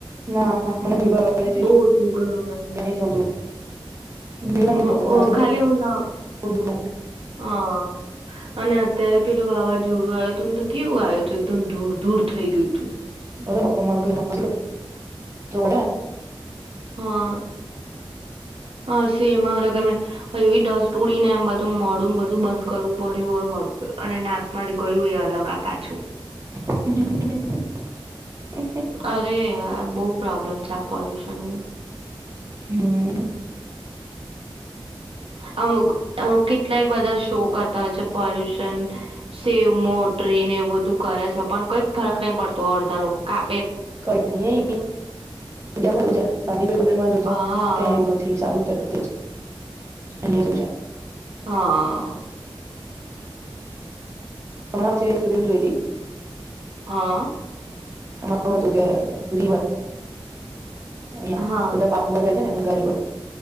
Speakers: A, on the right (about 30°); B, on the right (about 75°).
A: ના મને ભીડ વાળી જગ્યા
B: બહુ <unintelligible>
A: નહી ગમતું ભીડ હોય ને
B: અહ
A: તો ત્યાંથી
B: અહ ખાલી
A: બસ
B: હું ન,
A: દૂર દૂર હોઉં
B: હા અને અત્યારે પેલુ વાવાઝોડું આયું તું ને તો કેવું આયું તું, એકદમ ધૂળ-ધૂળ થઈ ગયું તું.
A: અરે બાપા મારા ઘરમાં
B: હા, હા, સેમ મારે <unintelligible> એવી ડસ્ટ ઉડીને એમ બધું મોઢુંન બધું બંધ કરવું પડ્યું <unintelligible> અને નાકમાં ગયું એ અલગ આ પાછું.
A: <inaudible>
B: અરે. આ બહુ પ્રોબ્લેમ છે આ પોલ્યુશન નું.
A: હમ્મ.
B: આવ આવા કેટલાય બધા શો કરતા હોય છે પોલ્યુશન, સેવ મોટરીન, એ બધું કરે છે, પણ કઈ ફરક નહી પડતો અડધા લોક, કા
A: કંઈ નહીં <unintelligible>
B: હા
A: ક્યાંય એવું નથી, સારું છે બધે જ. અહિયાં <unintelligible>
B: હા.
A: હમણાં વે એક રીલ જોઈ હતી
B: હા.
A: આમાંરું હતું કે રિવટ. અહં
B: હા
A: બધા પાપુ જાય છે ને. સંંગારી વા.